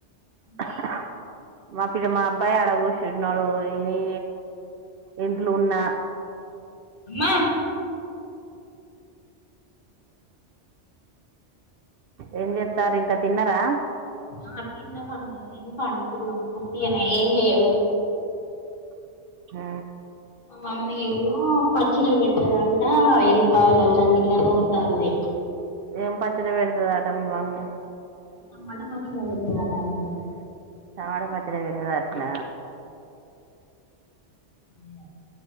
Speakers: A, on the left (about 45°); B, on the right (about 60°).
A: అమ్మాయి
B: మా <unintelligible> అబ్బాయి అడ కూర్చున్నాడు ఈ ఇంట్లో ఉన్నా
A: అమ్మా
B: ఏం చెస్తారు ఇంకా తిన్నరా
A: ఆ తిన్నమండి తి పండుకున్నాం <unintelligible> ఏం లేవు
B: ఆ
A: మా మమ్మీ ఏమో పచ్చడి పెడతుదంట ఎల్లిపాయల అల్లంగిట్లనే నూరుతంది
B: ఏం <unintelligible>
A: టామాట పచ్చడి పెడతదట అండి
B: టమాట పచ్చడి పెడతాధంటన
A: ఇ